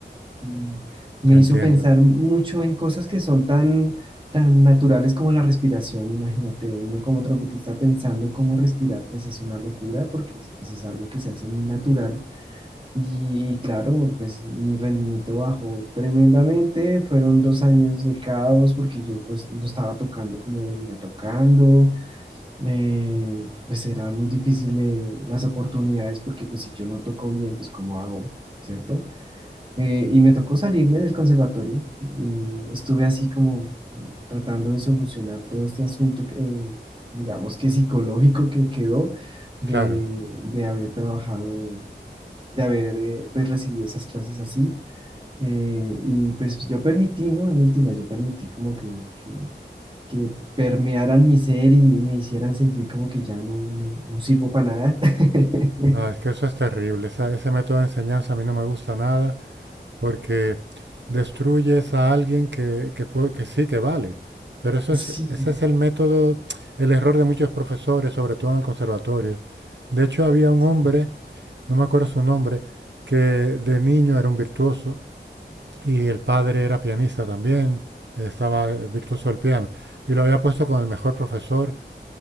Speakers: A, on the right; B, on the right.
A: mm, me
B: te entiendo.
A: hizo pensar mucho en cosas que son tan... tan naturales como la respiración, imagínate, uno como trompetista pensando cómo respirar, pues es una locura porque es pues, es algo que se hace muy natural y, y claro, pues mi rendimiento bajó tremendamente, fueron dos años de caos porque yo pues no estaba tocando como venía tocando, eh, pues era muy difícil eh, las oportunidades porque pues si yo no toco bien, pues ¿cómo hago? ¿Cierto? Eh, y me tocó salirme del conservatorio y estuve así como tratando de solucionar todo este asunto, que, eh, digamos que psicológico que quedó de,
B: Claro.
A: de haber trabajado de haber eh, pues, recibido esas clases así. eh, y pues yo permití, ¿no? En última, yo permití como que, que, que permearan mi ser y me hicieran sentir como que ya no, no, no sirvo para nada. <laughs>
B: Ah, es que eso es terrible. Esa- ese método de enseñanza a mí no me gusta nada. porque destruyes a alguien que, que pue- que sí que vale. Pero eso
A: Sí,
B: es, ese es el método, el error de muchos profesores, sobre todo en el conservatorio. De hecho, había un
A: sí.
B: hombre, no me acuerdo su nombre, que de niño era un virtuoso y el padre era pianista también, estaba eh, virtuoso del piano, y lo había puesto con el mejor profesor.